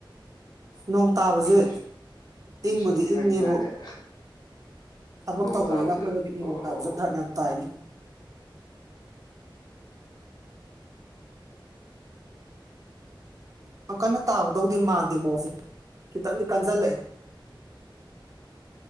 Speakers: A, on the right; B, on the left.
A: ꯅꯣꯡ ꯇꯥꯕꯁꯦ
B: ꯐꯤ ꯐꯤ
A: ꯏꯪꯕꯨꯗꯤ
B: ꯁꯨꯅꯤ ꯍꯥꯏꯈꯤꯗꯥꯏꯅꯦ
A: ꯏꯪꯉꯦꯕꯨ ꯊꯕꯛ
B: ꯅꯣꯡ
A: ꯇꯧꯕꯅꯤꯅ
B: ꯇꯥꯕꯁꯦ
A: ꯑꯩꯈꯣꯏꯗꯗꯤ
B: ꯑꯣ
A: ꯅꯣꯡ ꯇꯥꯕꯁꯦ ꯈꯔ ꯌꯥꯝ ꯇꯥꯏꯅꯤ ꯌꯥꯝ ꯀꯟꯅ ꯇꯥꯕꯗꯧꯗꯤ ꯃꯥꯟꯗꯦ ꯃꯣꯁ ꯈꯤꯇꯪꯗꯤ ꯀꯟꯁꯤꯜꯂꯛꯑꯦ